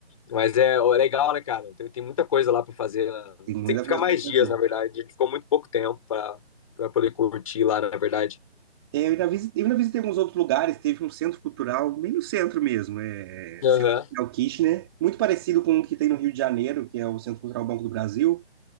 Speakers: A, on the left; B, on the right.
A: Mas é ó, é legal, né, cara? Tem, tem muita coisa lá pra fazer. né?
B: tem muita
A: Tem que ficar
B: coisa
A: mais
B: para
A: dias,
B: fazer.
A: na verdade. A gente ficou muito pouco tempo pra, pra poder curtir lá, na verdade.
B: É, Eu ainda visitei, eu ainda visitei alguns outros lugares, teve um centro cultural, bem no centro mesmo, é,
A: Aham,
B: Centro Cultural Kitchener, muito parecido com o que tem no Rio de Janeiro, que é o Centro Cultural Banco do Brasil,